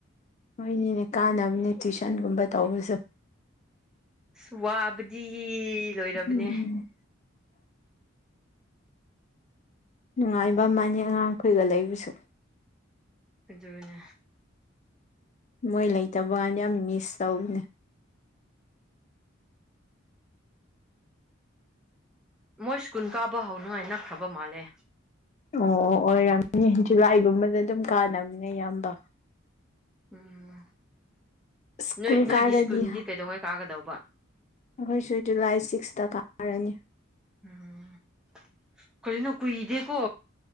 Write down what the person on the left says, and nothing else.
ꯍꯣꯏꯅꯤꯅꯦ ꯀꯥꯅꯕꯅꯦ ꯇꯨꯏꯁꯟꯒꯨꯝꯕ ꯇꯧꯕꯁꯨ
ꯎꯝ ꯅꯨꯡꯉꯥꯏꯕ ꯑꯃꯅꯤ ꯑꯉꯥꯡꯈꯣꯏꯒ ꯂꯩꯕꯁꯨ
ꯃꯣꯏ ꯂꯩꯇꯕ ꯀꯥꯟꯗ ꯌꯥꯝ ꯃꯤꯁ ꯇꯧꯕꯅꯦ
ꯑꯣ ꯑꯣꯏꯔꯝꯅꯤ ꯖꯨꯂꯥꯏꯒꯨꯝꯕꯗ ꯑꯗꯨꯝ ꯀꯥꯟꯅꯕꯅꯤꯅꯦ ꯑꯌꯥꯝꯕ
ꯁ꯭ꯀꯨꯜ
ꯀꯥꯔꯗꯤ
ꯑꯩꯈꯣꯏꯁꯨ
ꯖꯨꯂꯥꯏ ꯁꯤꯛꯁꯇ ꯀꯥ ꯀꯔꯅꯤ